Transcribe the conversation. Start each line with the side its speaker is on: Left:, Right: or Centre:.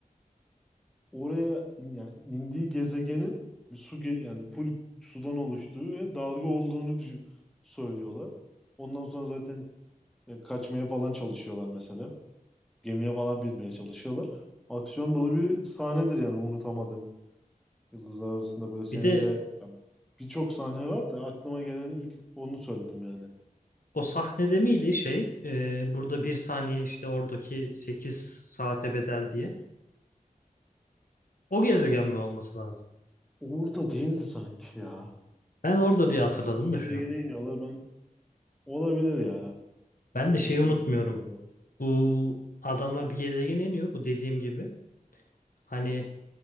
Centre: oraya in- yani indiği gezegenin bir su ge- yani full sudan oluştuğu ve dalga olduğunu düşün- söylüyorlar. Ondan sonra zaten E, kaçmaya falan çalışıyorlar mesela. Gemiye falan binmeye çalışıyorlar. Aksiyon dolu bir sahnedir yani unutamadım. Yıldızlar arasında böyle senin
Left: Bir de
Centre: de ya, birçok sahne var da aklıma gelen ilk onu söyledim yani.
Left: o sahnede miydi şey e, burada bir saniye işte oradaki sekiz saate bedel diye. O gezegen mi olması lazım?
Centre: Orada değildi sanki ya.
Left: Ben orada diye hatırladım
Centre: Bir gezegene
Left: da şu an.
Centre: iniyorlar ben olabilir ya.
Left: Ben de şeyi
Centre: İzlediğim
Left: unutmuyorum.
Centre: çok oluyor.
Left: Bu adamlar bir gezegene iniyor bu dediğim gibi. Hani